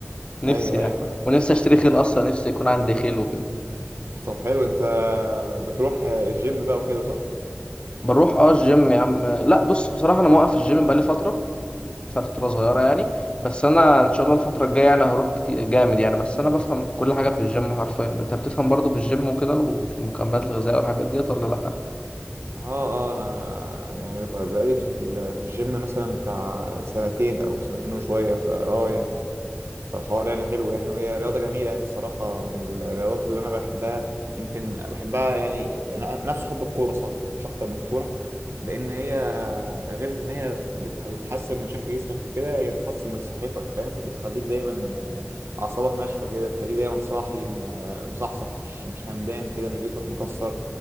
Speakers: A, on the left; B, on the right.
A: نفسي
B: <laughs> ايوه
A: يعني
B: ايوه
A: ونفسي اشتري خيل اصلا نفسي يكون عندي خيل وكده
B: طب حلو انت بتروح الجيم بقى وكده صح؟
A: بروح اه الجيم يا عم لا بص بصراحة انا موقف الجيم بقالي فترة فترة صغيرة
B: مم.
A: يعني بس أنا إن شاء الله الفترة الجاية يعني هروح كتير جامد يعني بس أنا بفهم في كل حاجة في الجيم حرفيا أنت بتفهم برضه في الجيم وكده وفي المكملات الغذائية والحاجات ديت ولا لأ؟
B: اه اه انا يعني ب- بقالي في ال- في الجيم مثلا بتاع سنتين او سنتين وشويه فاه يعني فالحوار يعني حلو يعني وهي رياضة جميلة يعني الصراحة من الرياضات اللي أنا بحبها يمكن بحبها يعني نفس حب الكورة صح مش أكتر من الكورة لأن هي غير إن هي بتح- بتحسن من شكل جسمك وكده هي بتحسن من صحتك فاهم بتخليك دايما آه، أعصابك ناشفة كده تخليك دايما صاحي م- آه، مصحصح مش مش همدان كده مش جسمك مكسر